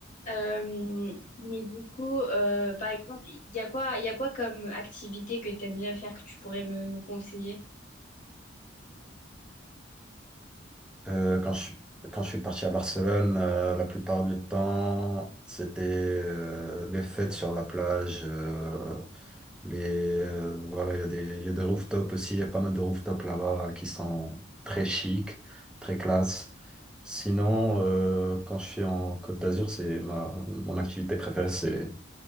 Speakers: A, on the left; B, in the centre.
A: Euh, mais du coup, euh, par exemple, il y a quoi, il y a quoi comme activité que tu aimes bien faire que tu pourrais me, me conseiller?
B: Euh, quand je suis, quand je suis parti à Barcelone, euh, la plupart du temps, c'était euh, les fêtes sur la plage. euh, les, euh, voilà, il y a des, il y a des rooftops aussi. Il y a pas mal de rooftops là-bas qui sont très chics, très classe. Sinon, euh, quand je suis en Côte d'Azur, c'est ma, mon activité préférée, c'est,